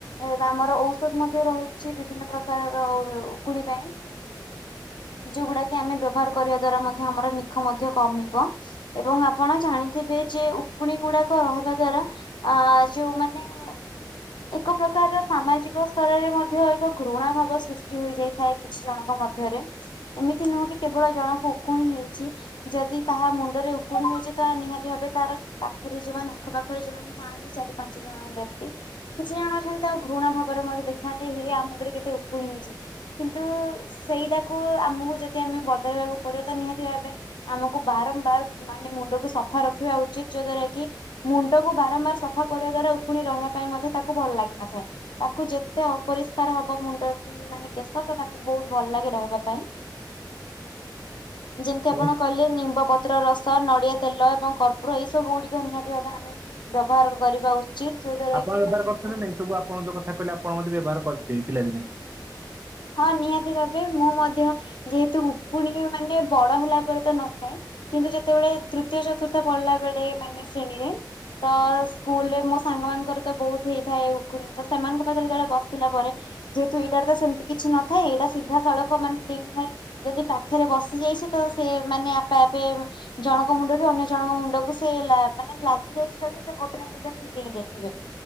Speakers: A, on the left (about 85°); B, on the right (about 30°).
A: ଏବେ ଆମର ଔଷଧ ମଧ୍ୟ ରହିଛି, ବିଭିନ୍ନ ପ୍ରକାରର ଉକୁଣୀ ପାଇଁ। ଯୋଉଗୁଡା କି ଆମେ ବ୍ୟବହାର କରିବା ଦ୍ଵାରା ମଧ୍ୟ ଆମର ନିଖ ମଧ୍ୟ କମିବ ଏବଂ ଆପଣ ଜାଣି ଥିବେ ଯେ ଉକୁଣୀ ଗୁଡାକ ରହିବା ଦ୍ଵାରା ଆ ଯୋଉମାନେ ଏକ ପ୍ରକାରର ସାମାଜିକ ସ୍ତରରେ ମଧ୍ୟ ଏକ ଘୃଣା ଭାବ ସୃଷ୍ଟି ହୋଇଯାଇ ଥାଏ କିଛି ଜଣଙ୍କ ମଧ୍ୟରେ ଏମିତି ନୁହଁ କି କେବଳ ଜଣଙ୍କୁ ଉକୁଣୀ ହେଇଛି ଯଦି କାହା ମୁଣ୍ଡରେ ଉକୁଣି ହୋଇଛି ତ ନିହାତି ଭାବେ ତାର ପାଖରେ ଯୋଉମାନେ ଆଖ ପାାଖରେ ଯୋଉମାନେ ଥାଆନ୍ତି ଚାରି ପାଞ୍ଚ ଜଣ ବ୍ୟକ୍ତି କିଛି ଜଣ ଅଛନ୍ତି ତାଙ୍କୁ ଘୃଣା ଭାବରେ ମଧ୍ୟ ଦେଖନ୍ତି ହେ ହେ ଆ ମୁଣ୍ଡରେ କେତେ ଉକୁଣି ହେଇଚି। କିନ୍ତୁ ସେଇଟାକୁ ଆମକୁ ଯଦି ଆମେ ବଦଳେଇବାକୁ ପଡିବ ତ ନିହାତି ଭାବେ ଆମକୁ ବାରମ୍ବାର ମାନେ ମୁଣ୍ଡକୁ ସଫା ରଖିବା ଉଚିତ ଯୋ ଦ୍ଵାରା କି ମୁଣ୍ଡକୁ ବାରମ୍ବାର ସଫା କରିବା ଦ୍ଵାରା, ଉକୁଣି ରହିବା ପାଇଁ ମଧ୍ୟ ତାକୁ ଭଲ ଲାଗିନଥାଏ। ତାକୁ ଯେତେ ଅପରିଷ୍କାର ହବ ମୁଣ୍ଡ କି ମାନେ କେଶ ତ ତାକୁ ବହୁତ ଭଲ ଲାଗେ ରହିବା ପାଇଁ। ଯେମିତି
B: ତ
A: ଆପଣ କହିଲେ ନିମ୍ବ ପତ୍ର ପତ୍ର ରସ, ନଡ଼ିଆ ତେଲ ଏବଂ କର୍ପୁର ଏଇ ସବୁ ଗୁଡିକ ନିହାତି ଭାବେ ଆମେ ବ୍ୟବହାର କରିବା ଉଚିତ ଚିତ୍ ଯୋ ଦ୍ୱାରା
B: ଆପଣ
A: କି
B: ବ୍ୟବହାର
A: ମାନେ
B: କରୁଛନ୍ତି
A: ଉକୁଣି
B: ନା ନାଇଁ ସବୁ ଆପଣ ଯୋଉ କଥା କହିଲେ ଆପଣ ମଧ୍ଯ ବ୍ୟବହାର କରିଥିବେ ପିଲାଦିନେ?
A: ହଁ, ନିହାତି ଭାବେ ମୁଁ ମଧ୍ୟ ଯେହେତୁ ଉକୁଣି ମାନେ ବଡ ହେଲା ପରେ ତ ନଥାଏ। କିନ୍ତୁ ଯେତେବେଳେ ତୃତୀୟ ଚତୁର୍ଥ ପଢ଼ିଲା ବେଳେ ମାନେ ଶ୍ରେଣୀରେ ତ ସ୍କୁଲରେ ମୋ ସାଙ୍ଗ ମାନଙ୍କର ତ ବହୁତ ହେଇଥାଏ ଉକୁଣୀ, ତ ସେମାନଙ୍କ ପାଖରେ ଯେତେବେଳେ ବସିଥିଲା ପରେ ଯେହେତୁ ଏଇଟାର ତ ସେମିତି କିଛି ନଥାଏ, ଏଇଟା ସିଧା ସଳଖ ମାନେ ଡେଇଁଥାଏ। ଯଦି ପାଖରେ ବସି ଯାଇଛି, ତ ସେ ମାନେ ଆପେ ଆପେ ଜଣଙ୍କ ମୁଣ୍ଡରେ ଅନ୍ୟ ଜଣଙ୍କ ମୁଣ୍ଡକୁ ସେ ଲା ମାନେ ଲାଗି ଯାଇଛି ଯଦି ସେ ଗୋଟେ ନା ଦିଟା ସେ ଡ଼େଇଁ ଯାଇଥିବେ।